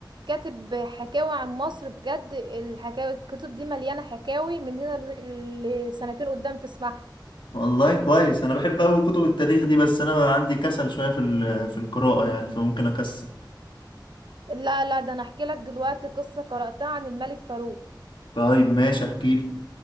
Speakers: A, on the right; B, on the left.
A: كاتب حكاوي عن مصر بجد الحكاوي الكتب دي مليانة حكاوي من هنا ل- لسنتين قدام تسمعها
B: والله كويس انا بحب قوي كتب التاريخ دي بس انا بقى عندي كسل شويه في ال- في القراءه يعني فممكن اكسل
A: لا لا ده انا احكي لك دلوقتي قصة قرأتها عن الملك فاروق
B: طيب ماشي احكيلي